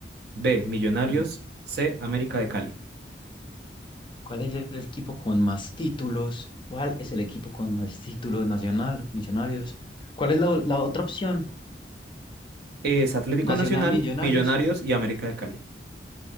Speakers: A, on the right; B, on the left.
A: B. Millonarios.
B: ujú.
A: C. América de Cali.
B: ¿Cuál es el equipo con más títulos? ¿Cuál es el equipo con más títulos nacional, Millonarios? ¿Cuál es la, o- la otra opción?
A: Es Atlético
B: Nacional
A: Nacional,
B: Millonarios.
A: Millonarios y América de Cali.